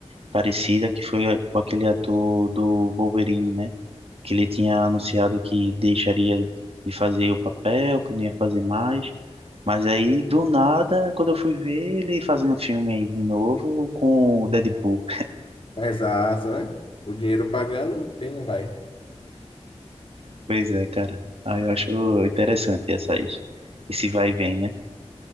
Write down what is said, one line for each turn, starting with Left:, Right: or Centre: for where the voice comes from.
Right: parecida que foi com aquele ator do Wolverine, né? Que ele tinha anunciado que deixaria de fazer o papel, que não ia fazer mais. Mas aí, do nada, quando eu fui ver ele fazendo filme aí de novo com o Deadpool.
Left: Exato, né? O dinheiro pagando, quem não vai?
Right: Pois é, cara. Aí eu acho interessante essas, esse vai e vem, né?